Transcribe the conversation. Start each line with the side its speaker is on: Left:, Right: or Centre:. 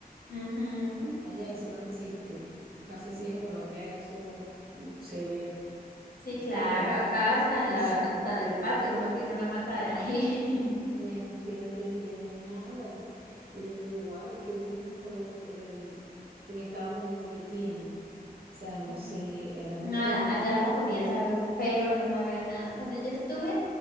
Left: ujú.
Right: allá eso no existe. No sé
Left: No.
Right: si en Colombia eso mm, se vea,
Left: Sí, claro,
Right: los,
Left: acá está en
Right: sí.
Left: la, está en el patio uno tiene una mata de ají.
Right: Bueno, fíjate, y allá nada. Entonces yo digo, guay, ¿qué venden en Colombia, en, en Estados Unidos, qué tienen? O sea, no
Left: <laughs>
Right: sé, es algo
Left: Nada,
Right: como,
Left: allá la comida sabe feo, no sabía nada. Cuando yo estuve,